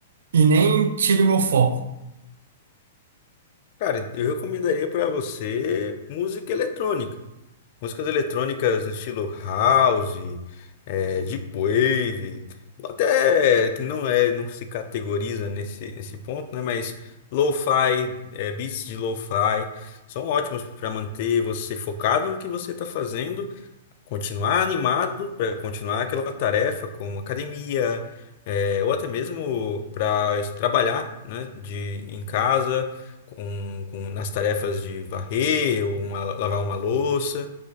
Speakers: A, on the right; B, on the left.
A: e nem tire o meu foco.
B: Cara, eu recomendaria para você música eletrônica. Músicas eletrônicas no estilo house, eh, deep wave, ou até que não é, não se categoriza nesse, nesse ponto, né? Mas lo-fi, eh, beats de lo-fi são ótimos para manter você focado no que você está fazendo continuar animado para continuar aquela tarefa como academia, eh, ou até mesmo para trabalhar, né, de em casa com, com nas tarefas de varrer ou uma- lavar uma louça.